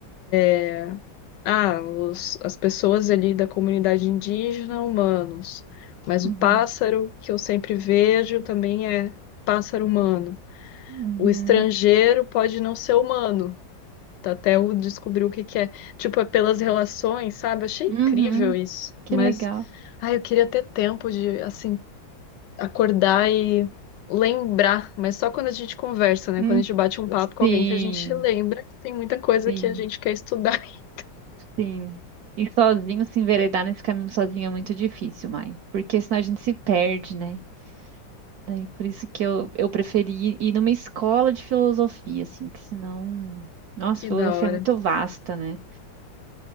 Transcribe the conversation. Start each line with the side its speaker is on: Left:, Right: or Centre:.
Left: é, ah, os- as pessoas ali da comunidade indígena, humanos. Mas
Right: uhum,
Left: o pássaro que eu sempre vejo também é pássaro humano.
Right: uhum,
Left: O estrangeiro pode não ser humano, tá? até eu descobrir o que que é. Tipo, é pelas relações, sabe? Achei
Right: uhum.
Left: incrível isso.
Right: Que
Left: Mas,
Right: legal.
Left: ai, eu queria ter tempo de, assim, acordar e lembrar, mas só quando a gente conversa, né?
Right: Uhum.
Left: Quando a gente bate um papo com
Right: Sim,
Left: alguém que a gente lembra que tem muita coisa
Right: sim,
Left: que a gente quer estudar. <laughs>
Right: sim. E sozinho se enveredar nesse caminho sozinho é muito difícil, mãe, porque senão a gente se perde, né? Daí por isso que eu, eu preferi ir numa escola de filosofia, assim, que senão. Nossa,
Left: Que
Right: filosofia
Left: da hora.
Right: é muito vasta, né?